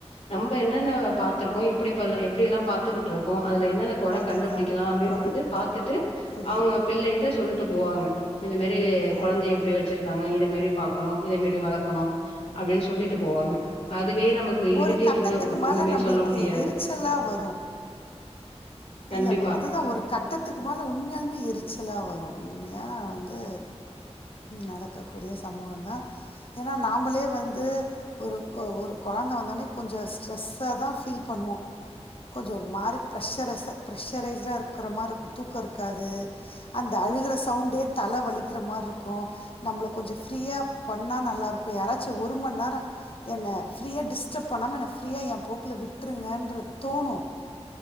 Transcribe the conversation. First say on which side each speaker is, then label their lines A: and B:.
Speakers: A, on the left; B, on the left.
A: நம்ப என்னன்ன பாத் த்துருக்கோம் எப்டி எப்டி எல்லாம் பாத்துகிட்டு இருக்கோ அதுல என்னென்ன கொற
B: அதுதா
A: கண்டுபிடிக்கலா அப்டின்னு
B: கொற
A: வந்து பாத்துட்டு
B: புரியுது
A: அவங்க பிள்ளயிட்ட சொல்லிட்டு போவாங்க இந்த மாரி கொழந்தைய
B: ஆமாமா
A: எப்டி வச்சுருக்காங்க இத மரி பாக்கணும் இத மாரி வள க்கணும் அப்படின் சொல்லிட்டு போவாங்க அதுவே நமக்கு இரிட்டேட்டிங்கா
B: ஒரு கட்டத்துக்கு
A: இருக்கு
B: மேல
A: ஒண்ணுமே
B: நம்பளுக்கு
A: சொல்ல முடியாது
B: எரிச்சலா வரு
A: கண்டிப்பா
B: இல்ல அதுதா ஒரு கட்டத்துக்கு மேல உண்மையாலுமே எரிச்சலா வரும் உண்மையா வந்து நடக்கக்கூடிய சம்பவம் தான் ஏன்னா நாமளே வந்து ஒரு ஒரு கொழந்த வந்தோடனே கொஞ்ச ஸ்ட்ரெஸ்ஸாதா ஃபீல் பண்ணுவோ கொஞ்சம் ஒரு மாரி ப்ரெஷரைஸா ப்ரெஷரைஸ்டா இருக்குற மாரி இருக்கும் தூக்கம் இருக்காது அந்த அழுகிற சவுண்டே தல வலிக்கிற மாரி இருக்கும் நம்மளை கொஞ்சம் ஃப்ரீயாக பண்ணால் நல்லாயிருக்கும் யாராச்சும் ஒரு மணி நேரம் என்ன ஃப்ரீயா டிஸ்டர்ப் பண்ணாம என ஃப்ரீயா என் போக்குல விட்டுருங்கன்ற தோணு